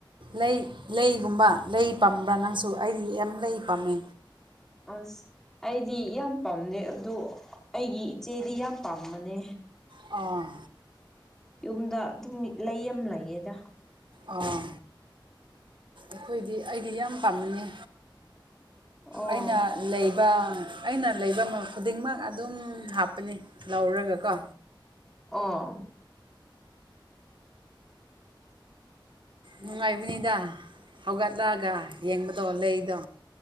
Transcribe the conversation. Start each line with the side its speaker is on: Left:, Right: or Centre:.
Right: ꯂꯩ ꯂꯩꯒꯨꯝꯕ ꯂꯩ ꯄꯥꯝꯕ꯭ꯔꯥ ꯅꯪꯁꯨ ꯑꯩꯗꯤ ꯌꯥꯝ ꯂꯩ ꯄꯥꯝꯃꯦ
Centre: ꯑꯁ ꯑꯩꯗꯤ ꯌꯥꯝ ꯄꯥꯝꯗꯦ ꯑꯗꯨ ꯑꯩꯒꯤ ꯏꯆꯦꯗꯤ ꯌꯥꯝ ꯄꯥꯝꯕꯅꯦ
Right: ꯑꯥ
Centre: ꯌꯨꯝꯗ ꯑꯗꯨꯝ ꯂꯩ ꯑꯃ ꯂꯩꯌꯦꯗ
Right: ꯑꯣꯥ ꯑꯩꯈꯣꯏꯗꯤ ꯑꯩꯗꯤ ꯌꯥꯝ ꯄꯥꯝꯃꯅꯤ
Centre: ꯑꯣ
Right: ꯑꯩꯅ ꯂꯩꯕ ꯑꯩꯅ ꯂꯩꯕ ꯈꯨꯗꯤꯡꯃꯛ ꯑꯗꯨꯝ ꯍꯥꯞꯄꯅꯤ ꯂꯧꯔꯒꯀꯣ
Centre: ꯑꯣ
Right: ꯅꯨꯡꯉꯥꯏꯕꯅꯤꯗ ꯍꯧꯒꯠꯂꯛꯒ ꯌꯦꯡꯕꯗꯣ ꯂꯩꯗꯣ